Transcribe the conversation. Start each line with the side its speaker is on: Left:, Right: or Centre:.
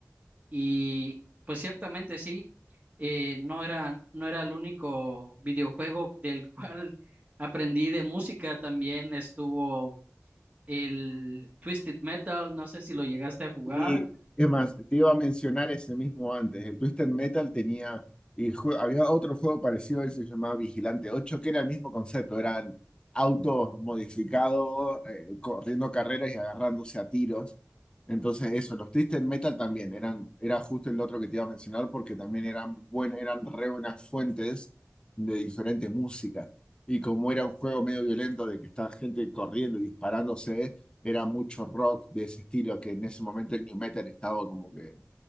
Right: y pues ciertamente sí, eh, no era, no era el único videojuego del cual <laughs> aprendí de música, también estuvo. El Twisted Metal, no sé si lo llegaste a jugar.
Left: Y es más, te iba a mencionar ese mismo antes. El Twisted Metal tenía, y jue- había otro juego parecido a él, se llamaba Vigilante ocho que era el mismo concepto, eran autos modificados, eh, corriendo carreras y agarrándose a tiros. Entonces eso, los Twisted Metal también eran, era justo el otro que te iba a mencionar porque también eran buen, eran re buenas fuentes de diferente música. Y como era un juego medio violento de que está gente corriendo y disparándose, era mucho rock de ese estilo, que en ese momento el new metal estaba como que